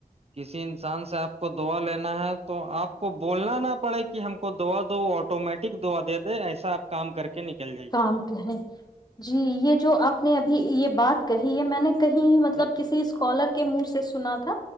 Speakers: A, on the right; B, on the left.
A: کسی انسان سے آپ کو دعا لینا ہے تو آپ کو بولنا نا پڑے کہ ہم کو دعا دو آٹومیٹک دعا دے دے ایسا آپ کام کر کے نکل جائیے
B: کام کہیں جی یہ جو آپ نے ابھی یہ بات کہی ہے میں نے کہیں مطلب
A: جی
B: کسی اسکالر کے منہ سے سنا تھا